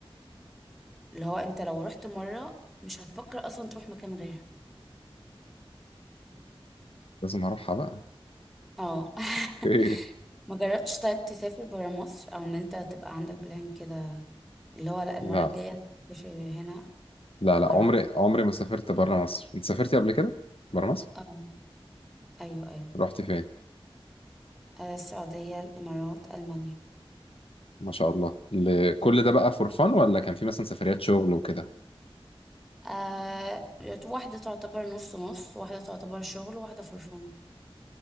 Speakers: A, in the centre; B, on the left.
A: اللي هو انت لو رحت مرة مش هتفكر اصلا تروح مكان غيرها
B: لازم اروحها بقى
A: اه <laughs>
B: <laughs> اوكي
A: ما جربتش طيب تسافر برا مصر او ان انت تبقى عندك بلان كده اللي هو لا المرة
B: لا
A: الجاية أنا هسافر هنا
B: لا
A: هجرب
B: لا عمري عمري ما سافرت بره مصر انت سافرتي قبل كده بره مصر
A: اه ايوه ايوه
B: رحتي فين
A: آه، السعودية الامارات المانيا
B: ما شاء الله ل- كل ده بقى فور فن ولا كان في مثلا سفريات شغل وكده
A: آه واحدة تعتبر نص نص واحدة تعتبر شغل وواحدة فرفان